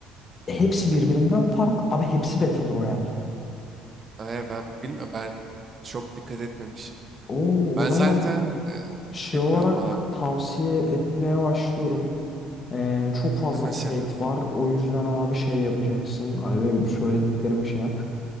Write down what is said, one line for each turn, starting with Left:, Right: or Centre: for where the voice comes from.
Left: E, Hepsi birbirinden farklı. Abi hepsi Battle Royale.
Right: Ee, ben bilmiyorum. Ben çok dikkat etmemişim.
Left: Oo,
Right: Ben
Left: o zaman
Right: zaten e,
Left: şey
Right: bilmiyorum
Left: olarak
Right: abi.
Left: tavsiye etmeye başlıyorum. Ee, çok fazla
Right: Ne mesela?
Left: Fate var. O yüzden abi şey yapacaksın. Hani benim söylediklerimi şey yap.